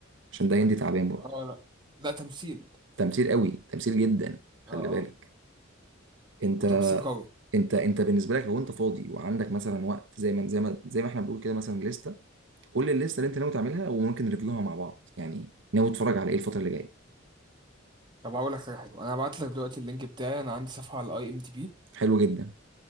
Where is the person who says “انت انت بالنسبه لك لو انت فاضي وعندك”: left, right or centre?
Right